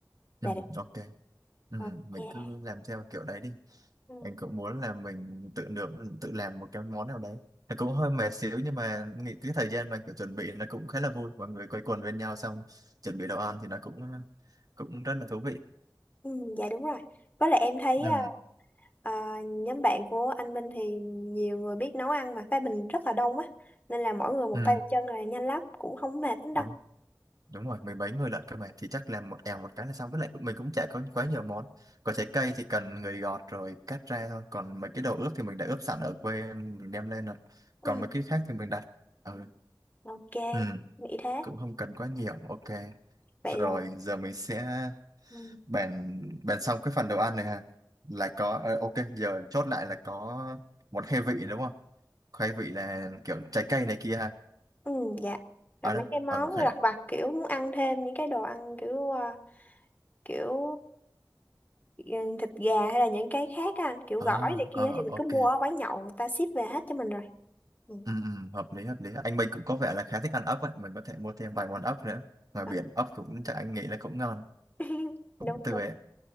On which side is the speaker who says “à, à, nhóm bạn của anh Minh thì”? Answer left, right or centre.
Left